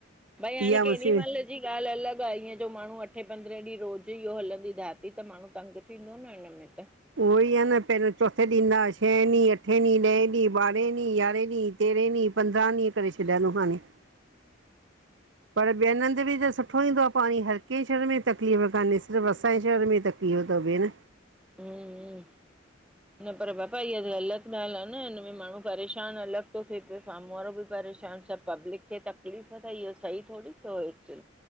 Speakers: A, in the centre; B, on the right.
A: भई हाणे
B: इहा
A: केॾी
B: मुसीबत
A: महिल मुंहिंने जी ॻाल अलॻ आहे ईअं जो माणहू अठें पंद्रहें ॾींहं रोज़ ई इहो हलंदी धाती त माणहू तंग थींदो न। अम्य त <inaudible>
B: उहो ई आहे न पहिरियों चोथे ॾींदा छह अठ ॾींहु ॾह ॾींं ॿारहेंॾीं यारहीं तेरहेंींहंंदहं ॾींह करे छॾियां थो हाणे। <inaudible> पर ॿियन हंध बि त सुठो ईंदो आहे पाणी हर कंहिं शहर में तकलीफ़ कान्हे सिर्फ़ु असांजे शहर में तकलीफ इहो त भेण
A: हम्म न पर बापा इहा त ग़लतगाल आहे न हिन में माण्हू परेशानु अलॻि थो थिए प साम्हूं वारो बि परेशानु सब पब्लिक खे तकलीफ़ त इहो सही थोरी थियो हिच